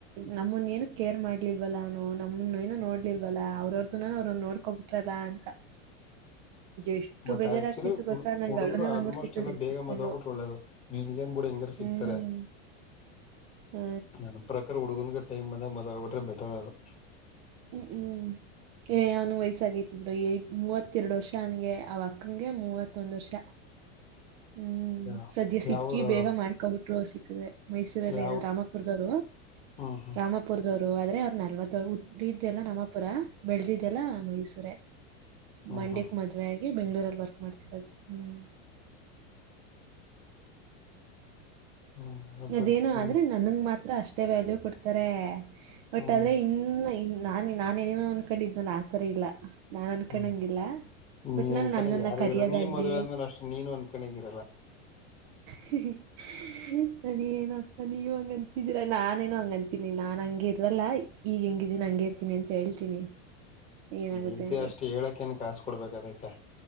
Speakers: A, on the right (about 40°); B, on the left (about 20°).
A: ನಮ್ಮನ್ನ ಏನು ಕೇರ್ ಮಾಡ್ಲಿಲ್ವಲ್ಲ ಅವನು ನಮ್ಮನ್ನ ಏನು ನೋಡ್ಲಿಲ್ವಲ್ಲ ಅವ್ರವ್ರ ನಾ ಅವ್ರು ನೋಡ್ಕೋಬಿಟ್ರದ ಅಂತ ಎಷ್ಟು
B: ಬಟ್
A: ಬೇಜಾರಾಗ್ತಿತ್ತು
B: ಆಕ್ಚುಲಿ
A: ಗೊತ್ತಾ? ನಂಗ್
B: ಹುಡುಗರು
A: ಅಳುನೇ
B: ಆಲ್ಮೋಸ್ಟ್
A: ಬಂದ್ಬಿಡ್ತಿತ್ತು
B: ಎಲ್ಲ
A: ನೆನ್ಪಿಸ್ಕೊಂಡು.
B: ಬೇಗ ಮದ್ಗ್ಬಿಟ್ರ ಒಳ್ಳೇದು ನೀನ್ಗ ಹಂಗಾರ ಸಿಗ್ತಾರೆ
A: ಹ್ಮ್. ಆ,
B: ನನ್ನ ಪ್ರಕಾರ ಹುಡುಗ ಟೈ ಬ ಅಂದೆ ಮೊದ್ ಬಿಟ್ರೆ ಬೆಟರ್ ಅದು
A: ಹ್ಮ್ ಹ್ಮ್ ಏ ಅವ್ನ್ ವಯಸ್ಸಗತಿಈ ಮೂವತ್ತೆರಡು ವರ್ಷ ಅವನ್ಗೆ ಅವ ಅಕ್ಕನ್ಗೆ ಮೂವತ್ತೊಂದ್ ವರ್ಷ ಹ್ಮ್
B: ಯಾವ
A: ಸದ್ಯ ಸಿಕ್ಕಿ
B: ಯಾವ ಊರು ಅವ್ರು?
A: ಬೇಗ ಮಾಡ್ಕೊಬಿಟ್ರು ಸಿಕ್ಕದೆ ಮೈಸೂರಲ್ಲ
B: ಯಾವ
A: ಇರಲ್ ರಾಮಾಪುರದವ್ರು
B: ಹ್ಮ್ ಹ್ಮ್
A: ರಾಮಪುರದವರು ರು ಆದ್ರೆ ಅವ್ರ ನಲ್ವತ್ತ ಇದ್ದೆಲ್ಲ ನಮ್ಮಪುರ ಬೆಳ್ದಿದ್ದೆಲ್ಲ ಮೈಸೂರ
B: ಹ್ಮ್
A: ಮಂಡಕ್
B: ಹ್ಮ್ ಹ್ಮ್
A: ಮದ್ವೆ ಆಗಿಬೆಂಗ್ಳೂರಲ್ಲಿ ವರ್ಕ್ ಮಾಡ್ತಿರದು ಹ್ಮ್
B: ಹ್ಮ್ ಆ ಬಿಡು
A: ಅದೇನು
B: ಹ್ಮ್
A: ಅಂದ್ರೆ ನನ್ಂಗ ಮಾತ್ ಅಷ್ಟೇ ವ್ಯಾಲ್ಯೂ ಕೊಡ್ತಾರೆ ಬಟ್
B: ಹ್ಮ್
A: ಆದ್ರೆ ಇನ್ನು ನ ನಾನನ್ ಏನೇನೋ ಅನ್ಕೊಂಡಿದ್ನಲ್ಲ ಆತರ ಇಲ್ಲ ನಾನ್ ಅನ್ಕೊಂಡಂಗಿಲ್ಲ
B: ಹ್ಮ್ ನೀ
A: ಒಟ್ನಲ್ಲಿ
B: ಅಂದ ಕಣಗ್
A: ನನ್ನನ್ನ
B: ಯಾರ
A: ಕರಿಯೋದಾಗ್ಲಿ
B: ಇರ ನೀ ಮದ್ೆ ಆದ್ಮೇಲೆ ಅಷ್ಟೇ ನೀನು ಒಂದ ಕಣಗ ಇರಲ್ಲ
A: ಹ್ಮ ಅದ ಏನಪ್ಪಾ ನೀವ್ ಹಂಗಂತಿದೀರಾ ನಾನೇನು ಹಂಗಂತೀನಿ ನಾನ್ ಹಂಗಿ ಇರಲ್ಲ ಈಗ ಹೆಂಗಿದೀನಿ ಹಂಗ ಇರ್ತೀನಿ ಅಂತ ಹೇಳ್ತೀನಿ ಏನಾಗುತ್ತೆ
B: ಹೇಳ್ತಯ
A: ಏನೋ
B: ಅಷ್ಟು ಹೇಳಕ್ಕ ಏನ್ ಕಾಸ ಕೊಡ್ಬೇಕ ಅದೈಕ್ಕ